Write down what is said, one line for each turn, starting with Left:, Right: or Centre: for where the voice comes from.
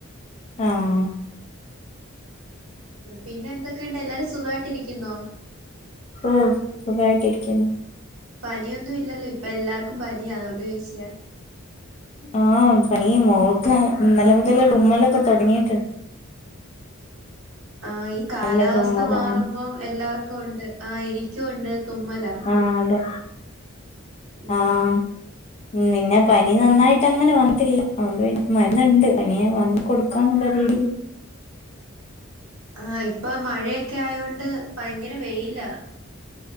Left: ആഹ്.
Right: പിന്നെ എന്തൊക്ക്ണ്ട് എല്ലാരും സുഖായിട്ടിരിക്കുന്നോ?
Left: ഓ സുഖായിട്ടിരിക്ക്ന്നു.
Right: പനിയൊന്നുല്ലല്ലോ ഇപ്പൊ എല്ലാർക്കും പനി അതോണ്ടോച്ചാ.
Left: ആഹ് പനിയ മോൾക്ക് ഇന്നല മുതല്ല റൂമിലൊക്കെ തുടങ്ങി
Right: ഏ ഈ കാലാവസ്ഥ
Left: നല്ല തുമ്മലാണ്
Right: മാറുമ്പോം എല്ലർ ക്കുണ്ട് ആ എനിക്കു ഉണ്ട് തുമ്മലാ.
Left: ആഹ് അതെ
Right: ഉം
Left: ആഹ്. ഉം പിന്നെ പനി നന്നായിട്ട് അങ്ങനെ വന്നരി അണ്ട് മരന്ന്ണ്ട് പനി വന്ന കൊടുക്കാ ന്നുള്ള രീതില്.
Right: ആഹ് ഇപ്പൊ മഴയൊക്കെ ആയോണ്ട് ഭയങ്കര വെയില്ല.